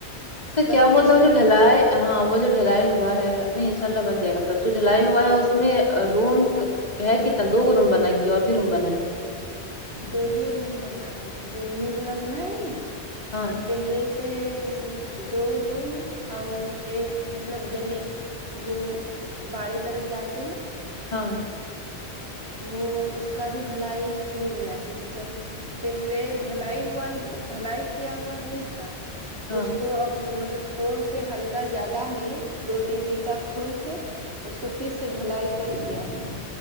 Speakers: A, on the left (about 40°); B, on the right (about 70°).
A: تو
B: بس
A: کیا
B: پیچھے
A: وہ جو
B: طرح
A: ڈھلائی ہاں وہ جو ڈھلائی ہوا ہے نہیں ان شاء اللہ بن جائے گا سب جو ڈھلائی ہوا ہے اس میں روم ہے کتنا دو روم بنا ہے کہ اور بھی روم بنا ہے
B: دو ہی روم بنا ہے جو نیو والا بنا ہے نا
A: ہاں
B: اور پہلے سے دو روم اور ایک مطلب گلی جو باڑے طرف جاتے ہیں
A: ہاں
B: وہ اس کا بھی ڈھلائی ہو گیا ہے مطلب پہلے ڈھلائی ہوا ڈھلائی کیا ہوا نہیں تھا
A: ہاں
B: اس کو اب مطلب توڑ کے ہلکا زیادہ نہیں دو تین اینٹا کھول کے اس کو پھر سے ڈھلائی کر دیا ہے